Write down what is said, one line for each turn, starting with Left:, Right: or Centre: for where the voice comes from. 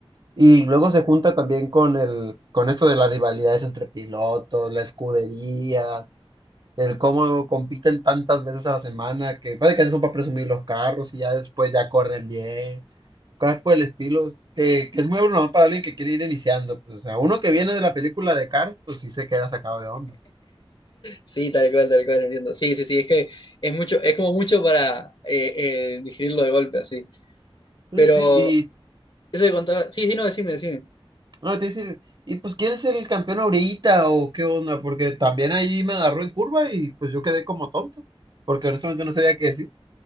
Right: y luego se junta también con el, con esto de las rivalidades entre pilotos, las escuderías, el cómo compiten tantas veces a la semana, que básicamente son para presumir los carros y ya después ya corren bien, cosas por el estilo, es que, que es muy bueno para alguien que quiere ir iniciando, pues, o sea, uno que viene de la película de Cars, pues sí se queda sacado de onda.
Left: Sí, tal cual, tal cual, entiendo. Sí, sí, sí, es que es mucho, es como mucho para eh, eh, digerirlo de golpe, así.
Right: Sí,
Left: Pero
Right: sí, y
Left: eso que contaba, sí, sí, no, decime, decime.
Right: no, te iba decir, y pues ¿quién es el campeón ahorita o qué onda? Porque también ahí me agarró en curva y pues yo quedé como tonto, porque honestamente no sabía qué decir.